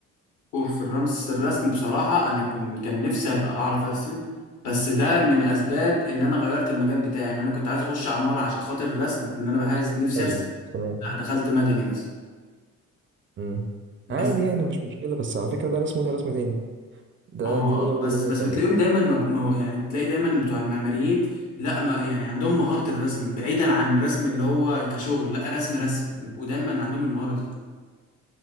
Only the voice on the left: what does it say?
وفي الرمس الرسم بصراحة أنا كنت كان نفسي أبقى أعرف أرسم بس ده من أسباب إن أنا غيرت المجال بتاعي إن أنا كنت عايز أخش عمارة عشان خاطر الرسم وإن أنا بحارس نفسي
أرسم
لأ دخلت مدني مثلا
بس
هو
اه
بس
بس
بتلاقيهم دايما مب... مو- يعني تلاقي دايما بتوع المعماريين لا ما يعني عندهم مهارة الرسم بعيدا عن الرسم اللي هو كشغل لا رسم رسم بيبقوا دايما عندهم المهارة دي